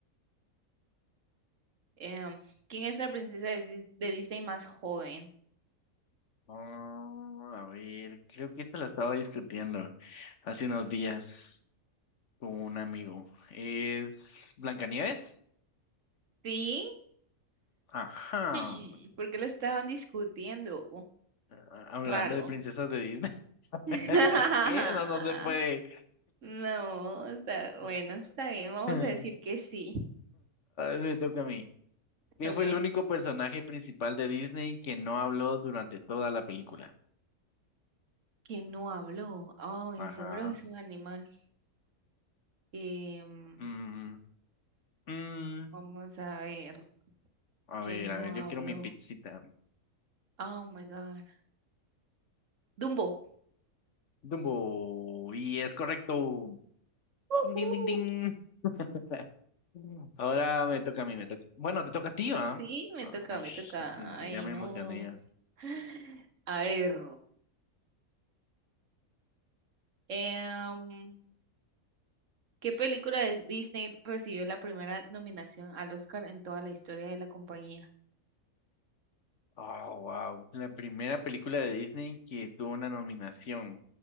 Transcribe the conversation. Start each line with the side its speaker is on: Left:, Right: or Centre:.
Right: em, ¿quién es la princesa de, Dis- de Disney más joven?
Left: Mm, a ver, creo que esta la estaba discutiendo hace unos días con un amigo. ¿Es Blancanieves?
Right: Sí,
Left: Ajá.
Right: hmm, ¿por qué lo estaban discutiendo?
Left: Ah, Hablando
Right: Raro.
Left: de princesas de Disney.
Right: <laughs>
Left: <laughs> ¿Qué? No, no se puede.
Right: No, está,
Left: <laughs>
Right: bueno, está bien, vamos
Left: Ay,
Right: a decir que sí,
Left: me toca a mí. ¿Quién
Right: Ok.
Left: fue el único personaje principal de Disney que no habló durante toda la película?
Right: que no habló. Ay,
Left: Ajá.
Right: seguro es un animal. Em,
Left: Mm, mm.
Right: vamos a ver,
Left: A
Right: que
Left: ver,
Right: no
Left: a ver,
Right: habló.
Left: yo quiero mi pizzita.
Right: Oh my God. Dumbo.
Left: Dumbo. Y es correcto.
Right: Ujú.
Left: Ding, ding, ding, ding. <laughs> Ahora me toca a mí, me toca. Bueno, te toca a ti,
Right: No,
Left: ¿va?
Right: sí, me
Left: Ah,
Right: toca,
Left: Ay,
Right: me
Left: sh,
Right: toca.
Left: lo siento,
Right: Ay,
Left: ya me
Right: no.
Left: emocioné ya.
Right: <sighs> A ver. em, ¿qué película de Disney recibió la primera nominación al Oscar en toda la historia de la compañía?
Left: Oh, wow. La primera película de Disney que tuvo una nominación.